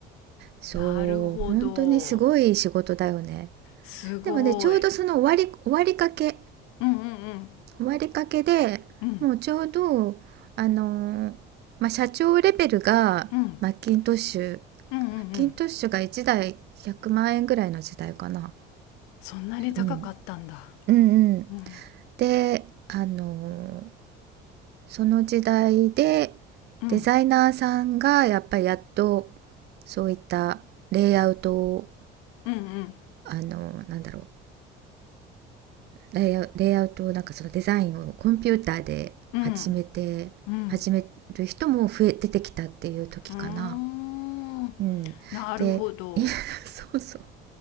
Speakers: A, on the right; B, on the left.
A: そう、
B: なるほど。
A: 本当にすごい仕事だよね。
B: すごい。
A: でもね、ちょうどその終わり、終わりかけ、
B: うんうんうん。
A: 終わりかけで、
B: うん
A: もうちょうど、あのーまあ、社長レベルがマッキントッシュ、
B: うんうんうんうん。
A: マッキントッシュが1台100万円ぐらいの時代かな。
B: そんなに高かったんだ。
A: うん、うんうん。
B: うん
A: で、あのーその時代で
B: うん
A: デザイナーさんがやっぱりやっとそういったレイアウトを、
B: うん
A: あのーなんだろう、レイアウレイアウトをなんかそのデザインをコンピューターで始めて始める人も増え出てきたっていう時かな。
B: うんうんうん。うーん。
A: うん、
B: なるほど。
A: で <laughs> そうそう